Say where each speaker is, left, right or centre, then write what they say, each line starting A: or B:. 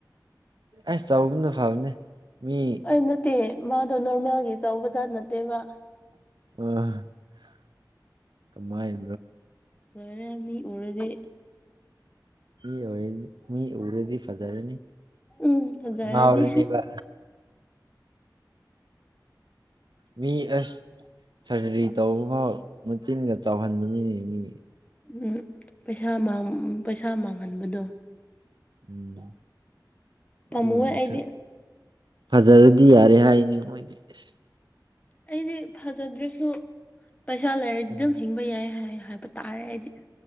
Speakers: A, on the right; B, on the left.
A: ꯑꯁ ꯆꯥꯎꯕꯅ ꯐꯕꯅꯦ ꯃꯤ
B: ꯑꯩ ꯅꯠꯇꯦ ꯃꯥꯗꯣ ꯅꯣꯔꯃꯦꯜꯒꯤ ꯑ ꯕꯖꯥꯔꯠ ꯅꯠꯇꯦꯕ
A: <unintelligible> ꯀꯃꯟ
B: ꯂꫭꯏꯔꯦ ꯃꯤ ꯎꯔꯗꯤ
A: ꯃꯤ ꯑꯣꯏꯔꯗꯤ ꯃꯤ ꯎꯔꯗꯤ ꯐꯖꯔꯅꯤ
B: ꯎꯝ ꯐꯖꯔꯅꯤ
A: ꯉꯥꯎꯔꯅꯤꯕ ꯃꯤ ꯑꯁ ꯁꯔꯖꯔꯤ ꯇꯧꯕ ꯐꯥꯎ ꯃꯆꯤꯟꯒ ꯆꯥꯎꯍꯟꯕꯅꯤꯅꯦ ꯃꯤ
B: ꯎꯝ ꯄꯩꯁꯥ ꯃꯥꯡ ꯎꯝ ꯄꯩꯁꯥ ꯃꯥꯡꯍꯟꯕꯗꯣ
A: ꯎꯝ
B: ꯄꯥꯝꯃꯨꯑꯦ
A: ꯑꯗꯨ ꯑꯣꯏꯔꯁꯨ
B: ꯑꯩꯗꯤ
A: ꯐꯖꯔꯗꯤ ꯌꯥꯔꯦ ꯍꯥꯏꯅꯤ ꯃꯣꯏꯗꯤ ꯏꯁ
B: ꯑꯩꯗꯤ ꯐꯖꯗ꯭ꯔꯁꯨ ꯄꯩꯁꯥ ꯂꯩꯔꯗꯤ
A: ꯎꯝ
B: ꯑꯗꯨꯝ ꯍꯤꯡꯕ ꯌꯥꯏ ꯍꯥꯏꯌꯦ ꯍꯥꯏꯕ ꯇꯥꯔꯦ ꯑꯩꯗꯤ